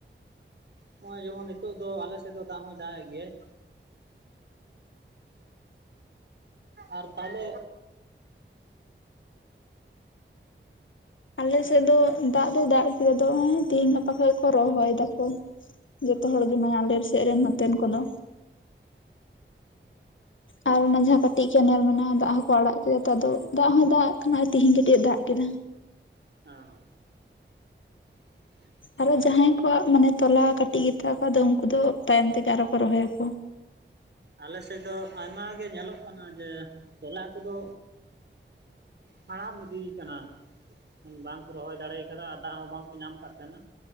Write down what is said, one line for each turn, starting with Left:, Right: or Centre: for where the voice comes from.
Right: ᱱᱚᱜ-ᱚᱭ ᱡᱮᱢᱚᱱ ᱱᱤᱛᱚᱜ ᱫᱚ ᱟᱞᱮ ᱥᱮᱫ ᱫᱚ ᱫᱟᱜ ᱦᱚᱭ ᱫᱟᱜᱮᱫ ᱜᱮᱭᱟᱭ᱾ ᱟᱨ ᱛᱟᱦ‌ᱞᱮ
Left: ᱟᱞᱮ ᱥᱮᱫ ᱫᱚ ᱫᱟᱜ ᱫᱚᱭ ᱫᱟᱜ ᱠᱮᱫᱟ ᱫᱚᱜ ᱛᱮᱦᱤᱧ ᱜᱟᱯᱟ ᱠᱚ ᱨᱚᱦᱚᱭ ᱫᱟᱠᱚ ᱡᱚᱛᱚ ᱦᱚᱲ ᱜᱮ ᱟᱞᱮ ᱥᱮᱫ ᱨᱮᱱ ᱱᱚᱛᱮᱱ ᱠᱚᱫᱚ᱾ ᱟᱨ ᱚᱱᱟ ᱡᱟᱸᱦᱟᱸ ᱠᱟᱹᱴᱤᱡ ᱠᱮᱱᱮᱞ ᱢᱮᱱᱟᱜᱼᱟ ᱫᱟᱜ ᱦᱚᱸᱠᱚ ᱟᱲᱟᱜ ᱠᱮᱫᱟ ᱛᱚ ᱫᱟᱜ ᱦᱚᱸᱭ ᱫᱟᱜ ᱠᱟᱱᱟ ᱛᱤᱦᱤᱧ ᱠᱟᱹᱴᱤᱡ ᱮ ᱫᱟᱜ ᱠᱮᱫᱟ᱾
Right: <inaudible> <inaudible>
Left: ᱟᱨᱚ ᱡᱟᱸᱦᱟᱸᱭ ᱠᱚᱣᱟᱜ ᱢᱟᱱᱮ ᱛᱚᱞᱟ ᱠᱟᱴᱤᱡ ᱜᱮᱛᱟ ᱠᱚᱣᱟ ᱟᱫᱚ ᱩᱱᱠᱩ ᱫᱚ ᱛᱟᱭᱚᱢ ᱛᱮᱜᱮ ᱟᱨᱚ ᱠᱚ ᱨᱚᱦᱚᱭᱟᱠᱚ᱾
Right: ᱟᱞᱮ ᱥᱮᱫ ᱫᱚ ᱟᱭᱢᱟᱜ ᱜᱮ ᱧᱮᱞᱚᱜ ᱠᱟᱱᱟ ᱡᱮ ᱛᱚᱞᱟ ᱠᱚᱫᱚ ᱦᱟᱲᱟᱢ ᱤᱫᱤ ᱟᱠᱟᱱᱟ᱾ ᱵᱟᱝᱠᱚ ᱨᱚᱦᱚᱭ ᱫᱟᱲᱮ ᱠᱟᱫᱟ ᱟᱨ ᱫᱟᱜ ᱦᱚᱸ ᱵᱟᱝ ᱠᱚ ᱧᱟᱢ ᱟᱠᱟᱫ ᱛᱟᱦᱮᱱᱟ